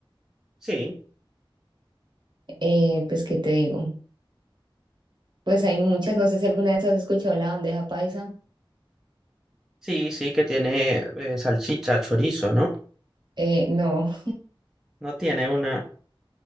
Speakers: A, in the centre; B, on the right (about 55°).
A: Sí,
B: eh, pues ¿qué te digo? Pues hay muchas, no sé si alguna vez has escuchado la bandeja paisa.
A: sí, sí, que tiene eh, salchicha, chorizo, ¿no?
B: Eh, no,
A: No tiene una.